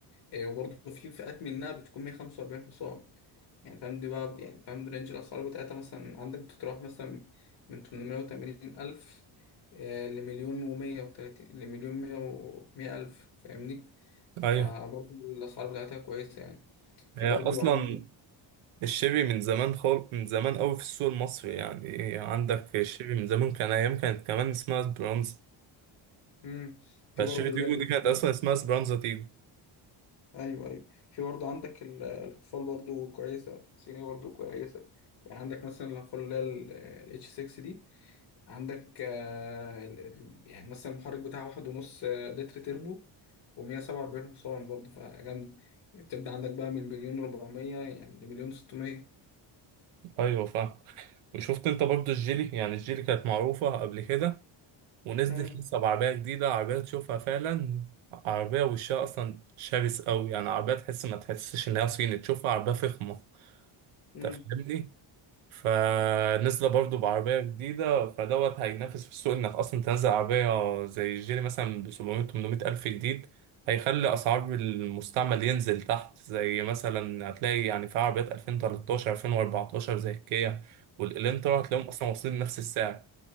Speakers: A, on the left; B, on the right.
A: إيه، وبرضو في فئات منها بتكون 145 حصان يعني فاهم دي بقى يعني فاهم رينج الأسعار بتاعتها مثلا عندك بتتراوح مثلا من 880 ألف إيه، لمليون ومية وتلاتين لمليون مية ومية ألف فاهمني فبرضو
B: أيوه
A: الأسعار بتاعتها كويسة يعني في
B: هي
A: برضو
B: أصلا
A: عندك
B: الشيبي من زمان خال من زمان أوي في السوق المصري يعني عندك الشيبي من زمان كان أيام كانت كمان اسمها سبرانزا
A: مم. في
B: فالشيبي
A: برضو
B: تيجو
A: اللي
B: دي كانت
A: هي
B: أصلا اسمها سبرانزا تيجو
A: ايوه ايوه في برضه عندك ال- الاقفال برضه كويسه صيني برضه كويسه يعني عندك مثلا الاقفال اللي هي الاتش 6 دي عندك آه، ال- ال- يعني مثلا المحرك بتاعها واحد ونص آه، لتر تربو ومية سبعة وأربعين حصان برضه فجامد بتبدأ عندك بقى من مليون ربعمية يعني لمليون ستمية
B: ايوه فاهم وشفت انت برضو الجيلي يعني الجيلي كانت معروفة قبل كده ونزلت
A: مم،
B: لسه بعربية جديدة عربية تشوفها فعلا عربية وشها اصلا شرس قوي يعني عربية تحس ما تحسش ان هي صيني تشوفها عربية فخمة
A: مم.
B: انت فاهمني فنزل برضه بعربية جديدة فدوت هينافس في السوق انك اصلا تنزل عربية زي الجيري مثلا ب 700 800 ألف جديد هيخلي أسعار المستعمل ينزل تحت زي مثلا هتلاقي يعني في عربيات 2013 2014 زي الكيا والإلنترا هتلاقيهم أصلا واصلين نفس السعر